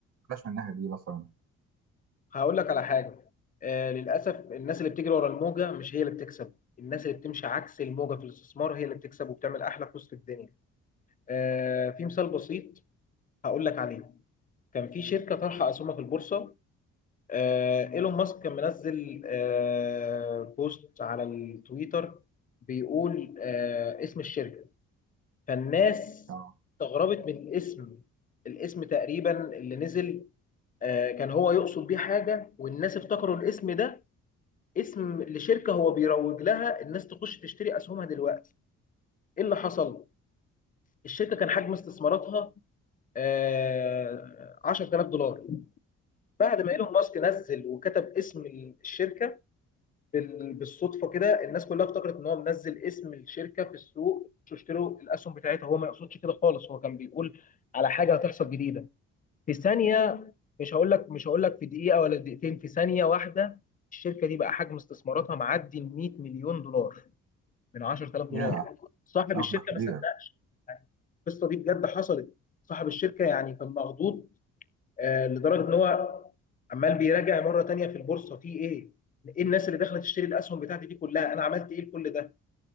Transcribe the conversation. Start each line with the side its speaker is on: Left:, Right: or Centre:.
Right: بلاش من الناحيه دي مثلا
Left: هقول لك على حاجه آه للاسف الناس اللي بتجري ورا الموجه مش هي اللي بتكسب الناس اللي بتمشي عكس الموجه في الاستثمار هي اللي بتكسب وبتعمل احلى فلوس في الدنيا آه في مثال بسيط هقول لك عليه كان في شركه طرحه اسهمها في البورصه آه، ايلون ماسك كان منزل آه، بوست على التويتر بيقول آه، اسم الشركة فالناس
Right: آه.
Left: استغربت من الاسم الاسم تقريبا اللي نزل آه، كان هو يقصد بيه حاجة والناس افتكروا الاسم ده اسم لشركة هو بيروج لها الناس تخش تشتري أسهمها دلوقتي ايه اللي حصل؟ الشركة كان حجم استثماراتها آه، 10000 دولار بعد ما ايلون ماسك نزل وكتب اسم الشركة بال- بالصدفه كده الناس كلها افتكرت ان هو منزل اسم الشركه في السوق مش اشتروا الاسهم بتاعتها هو ما يقصدش كده خالص هو كان بيقول على حاجه هتحصل جديده في ثانيه مش هقول لك مش هقول لك في دقيقه ولا دقيقتين في ثانيه واحده الشركه دي بقى حجم استثماراتها معدي ال 100 مليون دولار من 10000 دولار
Right: يا
Left: صاحب
Right: مبلغ
Left: الشركه
Right: كبير
Left: ما صدقش يعني القصه دي بجد حصلت صاحب الشركه يعني كان مخضوض آه، لدرجه ان هو عمال بيراجع مره تانية في البورصه في ايه؟ ايه الناس اللي دخلت تشتري الاسهم بتاعتي دي كلها؟ انا عملت ايه لكل ده؟